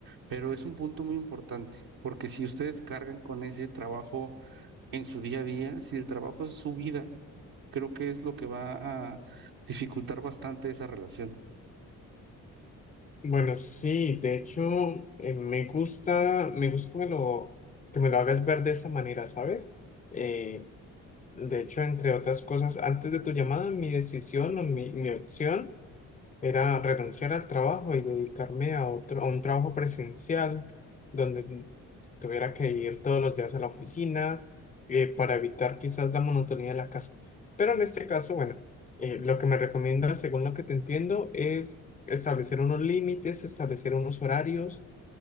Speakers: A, on the right; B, on the left.
A: pero es un punto muy importante, porque si ustedes cargan con ese trabajo en su día a día, si el trabajo es su vida, creo que es lo que va a dificultar bastante esa relación.
B: Bueno, sí, de hecho, eh, me gusta, me gusta que me lo, que me lo hagas ver de esa manera, ¿sabes? Eh, de hecho, entre otras cosas, antes de tu llamada, mi decisión o mi, mi opción. era renunciar al trabajo y dedicarme a otro, a un trabajo presencial donde tuviera que ir todos los días a la oficina eh, para evitar quizás la monotonía de la casa. Pero en este caso, bueno, eh, lo que me recomienda, según lo que te entiendo, es establecer unos límites, establecer unos horarios